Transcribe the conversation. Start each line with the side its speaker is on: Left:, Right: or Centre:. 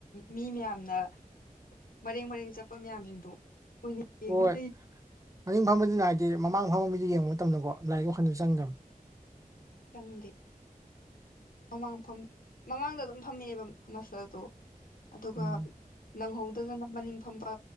Left: ꯃꯤ ꯃꯌꯥꯝꯅ ꯃꯔꯦꯡ ꯃꯔꯦꯡ ꯆꯠꯄ ꯃꯌꯥꯝꯁꯤꯡꯗꯣ ꯎꯏꯅꯤ ꯌꯦꯉꯨꯏ
Right: ꯍꯣꯏ ꯃꯅꯤꯡ ꯐꯝꯕꯗꯨꯅ ꯍꯥꯏꯗꯤ ꯃꯃꯥꯡ ꯐꯝꯝꯕ ꯃꯤ ꯌꯦꯡꯕ ꯃꯇꯝꯗꯀꯣ ꯂꯥꯏꯔꯤꯛ ꯋꯥꯈꯜꯗ ꯆꯪꯗꯕꯅꯤ
Left: ꯆꯪꯗ ꯃꯃꯥꯡ ꯃꯃꯥꯡꯗ ꯑꯗꯨꯝ ꯐꯝꯃꯛꯑꯦꯕ ꯃꯁꯜꯗꯣ ꯑꯗꯨꯒ
Right: ꯎꯝ
Left: ꯅꯪꯍꯧꯗꯗꯅ ꯃꯅꯤꯡ ꯐꯝꯕ